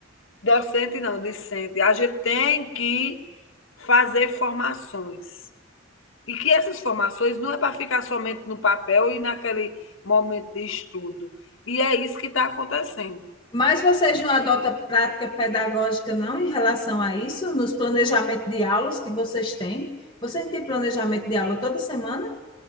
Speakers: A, on the left (about 85°); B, on the left (about 25°).
A: Docente não, discente, a gente tem que fazer formações E que essas formações não é para ficar somente no papel e naquele momento de estudo. E é isso que está acontecendo.
B: Mas vocês não adotam prática pedagógica, não, em relação a isso, nos planejamentos de aulas que vocês têm? Vocês têm planejamento de aula toda semana?